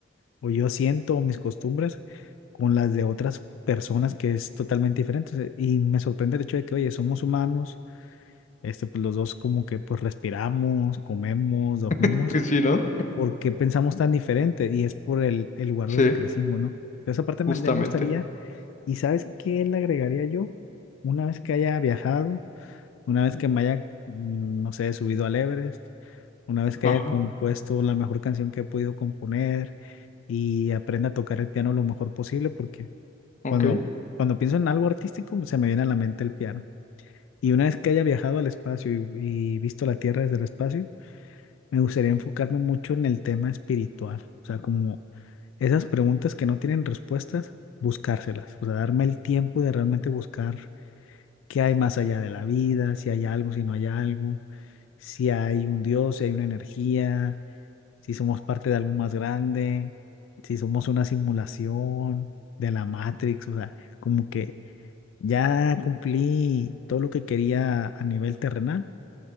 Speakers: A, on the left; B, on the left.
A: o yo siento o mis costumbres con las de otras personas que es totalmente diferente. O sea, Y me sorprende el hecho de que, oye, somos humanos este, pues los dos como que pues respiramos, comemos, dormimos.
B: <laughs> pues sí, ¿no?
A: ¿Por qué pensamos tan diferente? Y es por el, el lugar
B: Sí,
A: donde crecimos, ¿no? Pero esa parte
B: justamente.
A: me, me gustaría, ¿y sabes qué le agregaría yo? Una vez que haya viajado, una vez que me haya, mm, no sé, subido al Everest, una vez que
B: Ajá,
A: haya compuesto la mejor canción que he podido componer y aprenda a tocar el piano lo mejor posible, porque
B: ok,
A: cuando, cuando pienso en algo artístico, se me viene a la mente el piano. Y una vez que haya viajado al espacio y, y visto la Tierra desde el espacio, me gustaría enfocarme mucho en el tema espiritual. O sea, como esas preguntas que no tienen respuestas, buscárselas. O sea, darme el tiempo de realmente buscar qué hay más allá de la vida, si hay algo, si no hay algo, si hay un Dios, si hay una energía, si somos parte de algo más grande, si somos una simulación de la Matrix. O sea, como que ya cumplí todo lo que quería a nivel terrenal